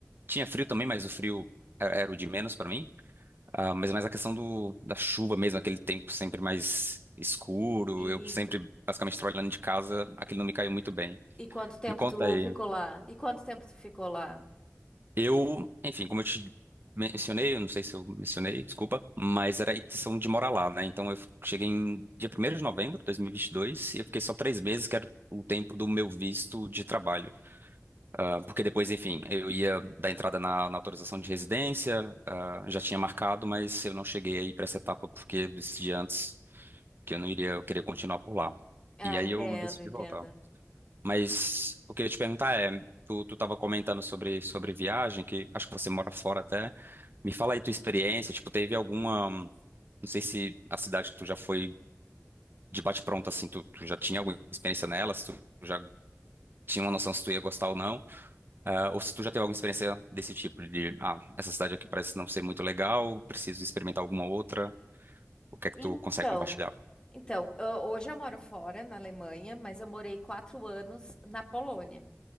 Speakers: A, on the right; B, on the left.
A: tinha frio também, mas o frio era, era o de menos pra mim, Ah, mas é mais a questão do, da chuva mesmo, aquele tempo sempre mais escuro,
B: E,
A: eu sempre basicamente trabalhando de casa, aquilo não me caiu muito bem.
B: e quanto tempo
A: Me conta
B: tu
A: aí.
B: ficou lá? E quanto tempo tu ficou lá?
A: Eu, enfim, como eu te mencionei, eu não sei se eu mencionei, desculpa, mas era a intenção de morar lá, né? Então eu cheguei em dia primeiro de novembro de 2022 e vinte e dois e eu fiquei só três meses, que era o tempo do meu visto de trabalho. Ah, porque depois, enfim, eu ia dar entrada na, na autorização de residência, ah, já tinha marcado, mas eu não cheguei aí para essa etapa porque eu decidi antes que eu não iria, eu queria continuar por lá.
B: Ah,
A: E aí
B: entendo,
A: eu decidi
B: entendo.
A: voltar. Mas o que eu ia te perguntar é, tu, tu tava comentando sobre, sobre viagem, que acho que você mora fora até. Me fala aí tua experiência, tipo, teve alguma, não sei se a cidade que tu já foi de bate-pronto, assim, tu, tu já tinha alguma experiência nela, se tu já tinha uma noção se tu ia gostar ou não, ah, ou se tu já teve alguma experiência desse tipo, de, ah, essa cidade aqui parece não ser muito legal, preciso experimentar alguma outra, o que é que
B: Então,
A: tu consegue compartilhar?
B: então, ho- hoje eu moro fora, na Alemanha, mas eu morei quatro anos na Polônia.